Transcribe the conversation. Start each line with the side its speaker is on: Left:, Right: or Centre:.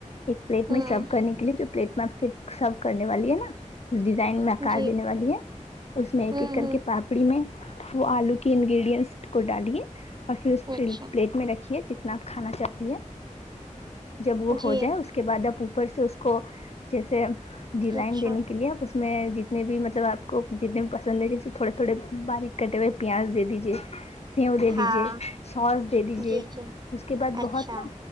Left: ایک پلیٹ
Right: ہوں
Left: میں سرو کرنے کے لیے جو پلیٹ میں آپ سے سرو کرنے والی ہے نا ڈیزائن میں آکار
Right: جی
Left: دینے والی ہے اس میں ایک
Right: ہوں
Left: ایک کر
Right: ہوں
Left: کے پاپ ڑی میں وہ آلو کی انگریڈینس کو ڈالیں اور پھر اس پلے
Right: اچھا
Left: پلیٹ میں رکھیں جس میں آپ کھانا چاہتی ہے جب وہ
Right: جی
Left: ہو جائے اس کے بعد آپ اوپر سے اس کو جیسے ڈیزائن
Right: اچھا
Left: دینے کے لیے آپ اس میں جتنے بھی مطلب آپ کو جتنے بھی پسند ہے جیسے تھوڑے تھوڑے باریک کٹے ہوئے پیاز دے دیجئے سیو دے
Right: ہاں
Left: دیجئیے سوس دے دیجئیے
Right: جی جی
Left: اس کے بعد بہت
Right: اچھا
Left: ناں